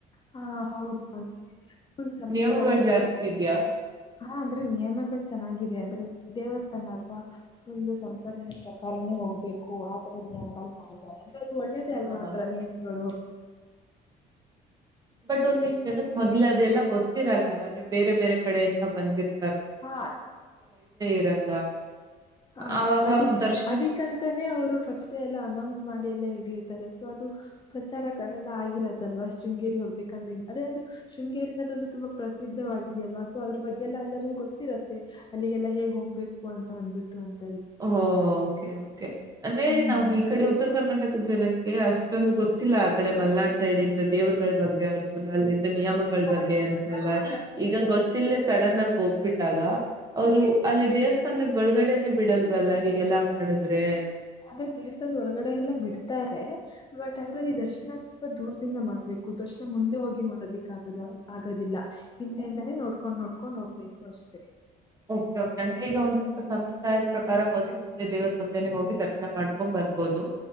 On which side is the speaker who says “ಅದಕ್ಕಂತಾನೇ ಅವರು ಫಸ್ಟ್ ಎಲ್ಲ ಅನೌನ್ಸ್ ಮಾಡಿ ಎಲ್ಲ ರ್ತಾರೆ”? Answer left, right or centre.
Left